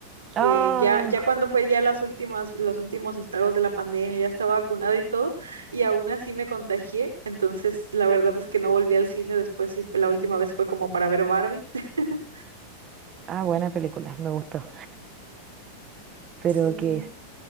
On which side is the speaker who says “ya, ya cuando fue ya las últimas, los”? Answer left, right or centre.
Right